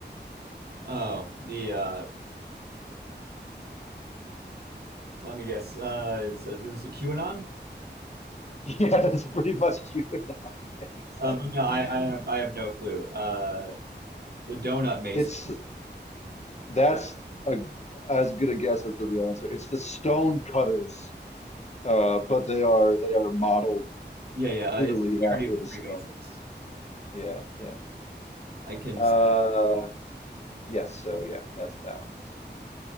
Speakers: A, on the right (about 60°); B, on the left (about 40°).
A: Oh, the uh, let me guess. Uh, it's uh, is it QAnon?
B: Yeah, that's pretty much QAnon. <laughs> Yeah, exactly.
A: Um, no, I, I have I have no clue. Uh, the Donut Mason.
B: It's that's a, as good a guess as the real answer. It's the Stone Cutters, uh, but they are they are modeled
A: Yeah, yeah. uh,
B: clearly
A: It's the
B: after
A: parody of
B: the
A: the
B: stonemasons.
A: Freemasons.
B: Yeah, yeah.
A: I can.
B: Uh,
A: s-
B: yes, so yeah, that's that one. That's good.